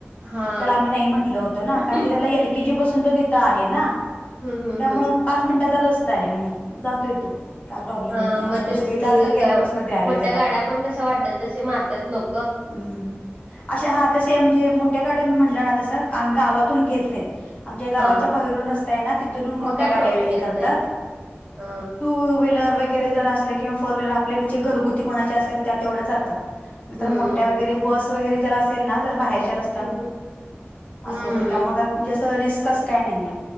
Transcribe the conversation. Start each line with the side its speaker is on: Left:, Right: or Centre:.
Right: हा
Left: मग त्याला आम्ही नाही म्हंटल होत ना
Right: हम्म
Left: कारण की त्याला एल केजी पासून तो तिथं आहे ना.
Right: हम्म
Left: त्यामुं
Right: हम्म
Left: पाच मिनिटाचा रस्ता आहे जातोय तो. काय प्रॉब्लेम
Right: हा
Left: येत नाही आता
Right: मग
Left: दुसरीला
Right: तेच की
Left: गेल्यापासून द्यायलोय
Right: मोठ्या
Left: त्याला
Right: गाड्या पण कसा वाटेल तसे मारतात लोक.
Left: हम्म. अा हा तसे म्हणजे मोठ्या गाड्या म्हटलं ना तसं आम्ही गावातून घेत नाहीत. आम
Right: हा
Left: गावाच्या
Right: हा
Left: बाहेरून रस्ता ना तिथून मो्या
Right: मग काय
Left: गाड्या
Right: प्रॉब्लेम येत
Left: करतात.
Right: नाही ह
Left: टू व्लर वगैरे जर असले किंवा फोर्हीलर आपलेणजे घरगुती कोणाचे असेल त्या तेवढ्या जातात. न
Right: हम्म
Left: तरर मोठ्या वगैरे बस वगैरे जर असेल ना तर बाहेरच्या अस.
Right: हम्म हम्म
Left: अस हो त्या रिस्क काय नाहीये.